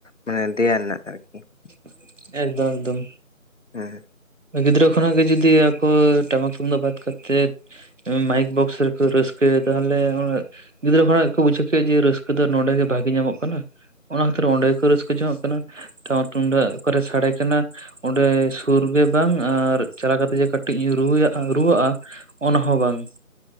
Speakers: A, on the left; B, on the right.
A: ᱢᱟᱱᱮ ᱫᱮᱭᱟ ᱨᱮᱱᱟᱜ ᱟᱨᱠᱤ ᱾
B: <inaudible> ᱮᱠᱫᱚᱢ ᱮᱠᱫᱚᱢ ᱾
A: ᱦᱮᱸ ᱾
B: ᱜᱤᱫᱽᱨᱟᱹ ᱠᱷᱚᱱᱟᱜ ᱜᱮ ᱡᱩᱫᱤ ᱟᱠᱚ ᱴᱟᱢᱟᱠ ᱛᱩᱢᱫᱟᱜ ᱵᱟᱫ ᱠᱟᱛᱮᱫ ᱢᱟᱭᱤᱠ ᱵᱚᱠᱥ ᱨᱮᱠᱚ ᱨᱟᱹᱥᱠᱟᱹᱭᱟ ᱛᱟᱦᱚᱞᱮ ᱜᱤᱫᱽᱨᱟᱹ ᱠᱷᱚᱱᱟᱜ ᱜᱮᱠᱚ ᱵᱩᱡᱷᱟᱹᱣ ᱠᱮᱫ-ᱟ ᱡᱮ ᱨᱟᱹᱥᱠᱟᱹ ᱫᱚ ᱱᱚᱰᱮ ᱜᱮ ᱵᱷᱟᱜᱮ ᱧᱟᱢᱚᱜ ᱠᱟᱱᱟ ᱾ ᱚᱱᱟ ᱠᱷᱟᱹᱛᱤᱨ ᱚᱸᱰᱮ ᱜᱮ ᱠᱚ ᱨᱟᱹᱥᱠᱟᱹ ᱡᱚᱝᱚᱜ ᱠᱟᱱᱟ ᱾ ᱴᱟᱢᱟᱠ ᱛᱩᱢᱫᱟᱜ ᱚᱠᱟ ᱨᱮ ᱥᱟᱰᱮ ᱠᱟᱱᱟ ᱚᱸᱰᱮ ᱥᱩᱨᱜᱮ ᱵᱟᱝ ᱟᱨ ᱪᱟᱞᱟᱣ ᱠᱟᱛᱮᱜ ᱡᱮ ᱠᱟᱹᱴᱤᱡ ᱤᱧ ᱨᱩ ᱨᱩᱣᱟᱹᱜ-ᱟ ᱚᱱᱟ ᱦᱚᱸ ᱵᱟᱝ᱾